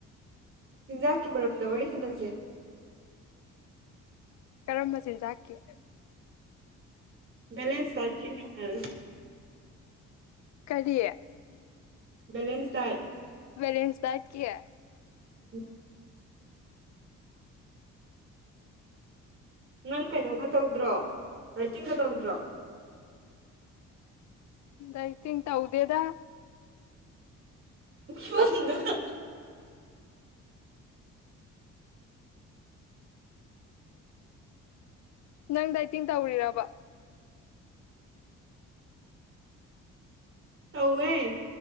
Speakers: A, on the right (about 45°); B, on the left (about 65°).
A: ꯆꯤꯟꯖꯥꯛꯀꯤ ꯃꯔꯝꯗ ꯋꯥꯔꯤ ꯁꯥꯟꯅꯁꯦ꯫
B: ꯀꯔꯝꯕ ꯆꯤꯟꯖꯥꯛꯀꯤ
A: ꯕꯦꯂꯦꯟꯁ ꯗꯥꯏꯛꯀꯤ ꯁꯅꯔꯁꯤ꯫
B: ꯀꯔꯤ
A: ꯕꯦꯂꯦꯟꯁ ꯗꯥꯏꯠ
B: ꯕꯦꯂꯦꯟꯁ ꯗꯥꯏꯠꯀꯤ
A: <unintelligible> ꯅꯪ ꯀꯩꯅꯣꯒ ꯇꯧꯗ꯭ꯔꯣ ꯗꯥꯏꯇꯤꯡꯒ ꯇꯧꯗ꯭ꯔꯣ
B: ꯗꯥꯏꯇꯤꯡ ꯇꯧꯗꯦꯗ
A: <unintelligible>
B: ꯅꯪ ꯗꯥꯏꯇꯤꯡ ꯇꯧꯔꯤꯔꯕ
A: ꯇꯧꯋꯦ